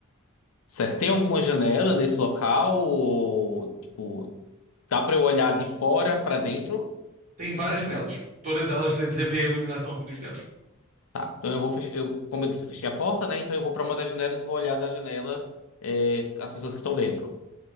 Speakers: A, on the left (about 75°); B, on the right (about 35°).
A: Você tem alguma janela nesse local? Ou, tipo, dá pra eu olhar de fora pra dentro?
B: Tem várias janelas. Todas elas você vê a iluminação vindo de dentro,
A: Tá, então eu vou fech... eu, como eu disse, eu fechei a porta, né? Então eu vou pra uma das janelas e vou olhar da janela é, as pessoas que estão dentro.